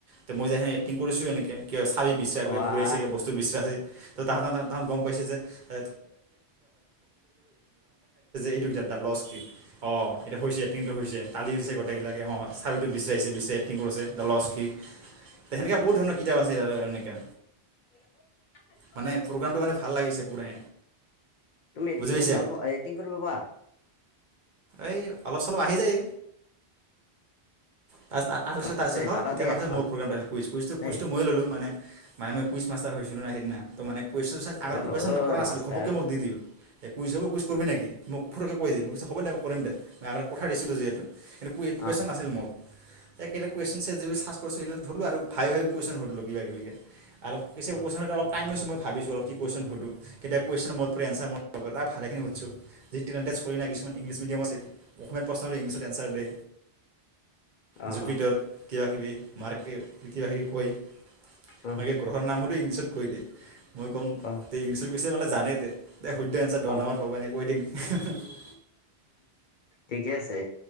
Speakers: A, on the right; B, on the left.
A: ত মই যাহানী এক্টিং কৰিছোঁ এনেকৈ- কিয় চাৰে বিশ্বাস
B: ৱাহ
A: কৰি হুৰাইচেগে বস্ত বিচৰাই তো তহতৰ তহতগম পাইছ যে আ এইটো কিতাপ দা লষ্ট কি অঁ এতিয়া হৈছে এক্টিংটো হৈছে কালি হৈছে গোটেইগিলাকে অঁ। তথাপিতো বিচাৰিছে বিচাৰি এক্টিং কৰিছে দা লষ্ট সেনেকুৱা বহুত ধৰণৰ কিতাপ আছে এনেকা।
B: এনেকা কেচা খাই দিম।
A: মানে প্ৰগ্ৰামটো মানে ভাল লাগিছে পুৰা।
B: তুমি এক্টিং
A: বুজি পাইছা
B: কৰি ভাল পোৱা এক্টিং কৰিব পোৱা।
A: এই অলপ চলপ আহি যায়। তাছ
B: অ ঠিক
A: তাপিছত
B: আছে
A: হ'ল
B: পাৰা
A: এতিয়া
B: দিয়া
A: ভাবিছোঁ
B: ভাল
A: মোৰ পগেমতো আহিলে কুইচ খুজিছো।
B: দেই
A: মইও ল'লো মানে মানে মইও কুইচ মাষ্টাৰ হৈছিলোঁ না সেইদিনা। তো মানে কুৱেশ্যন ছাৰ আগাৰ
B: অহ
A: পপ্ৰিপাৰেচন কৰা নাছিলো
B: মাষ্টাৰ
A: ঘপকে মই দি দিলোঁ। এই কুইজ হব, কুইচ কৰিবি নেকি? মোক পুৰাকৈ কৈ দিম হ'ব দে মই কৰিম দে মই আগতে পতাই দিছিলোঁ যিহেতু কিন্ত এইটো কুইছৱ
B: অ
A: নছিল মোৰ এই একেইটা কুৱেশন ছাট জি পি টিত চাৰ্জ কৰিলো, এইবিলাক ধৰিলোঁ আৰু ভাই হয়। কুৱেশন সুধিলোঁ কিবাকিবি এতিয়া আৰু কিছুমান
B: অ
A: কুৱেছন এতিয়া ভাবিছোঁ অলপ। কুৱেশন সুধো কেতিয়াবা কুৱেশনৰ মোৰতো জনতাৰ মোৰত ভালে খিনি সোধু। জিতো ৰাউন চুয়েনা ইংলিছ মেডিয়াত আছিল আসমীয়াত প্ৰশ্ন সোধে ইংলিছত এনচাৰ সোধে।
B: অ অ
A: জুপিটাৰ, কিবা কিবি মাৰ্কেট কিবা কিবি! কয়
B: অ
A: মই এতিয়া গড়ৰ নাম সোধে ইংলিছত কৈ দে। <unintelligible>
B: অ অ অ <inaudible> ঠিকে আছে।